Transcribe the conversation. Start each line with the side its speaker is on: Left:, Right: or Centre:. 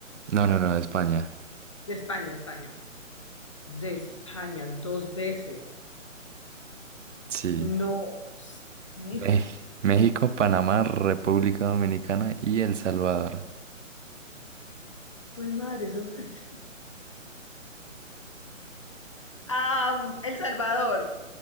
Right: No, no, no, España.
Left: de España, España. de España dos veces.
Right: Sí.
Left: No, mil
Right: Me- México, Panamá, República Dominicana y El Salvador.
Left: jue madre, eso es- <laughs> Ah, El Salvador.